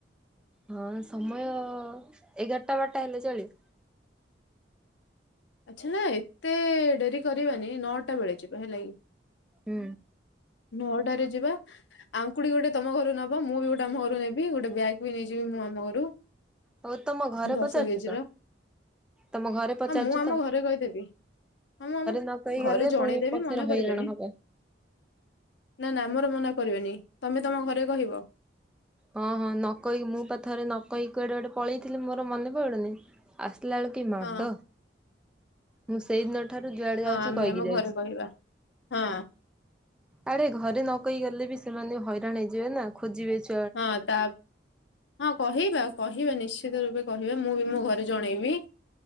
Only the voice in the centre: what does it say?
ହଁ ସମୟ ଏଗାରଟା ବାରଟା ହେଲେ ଚଳିବ?
ହୁଁ।
ହଉ ତମ ଘରେ
ପଚାରିଛୁ
ତ
ତମ ଘରେ ପଚାରିଚ
ନ କହି
ଗଲେ
ପୁଣି ପଛରେ
ହଇରାଣ
ହବ।
ହଁ ହଁ ନ କହିକି ମୁଁ ପା ଥରେ ନ କହିକି କୁଆଡେ ଗୋଟେ ପଳେଇଥିଲି ମୋର ମନେ ପଡୁନି ଆସିଲା ବେଳକୁ କି ମାଡ।
ମୁଁ ସେଇଦିନ ଠାରୁ ଯୁଆଡେ
ଯାଉଛି
କହିକି
ଯାଉଛି।
ଆଡେ ଘରେ ନକହିକି ଗଲେ ବି ସେମାନେ ହଇରାଣ ହେଇଯିବେ ନା ଖୋଜିବେ ଛ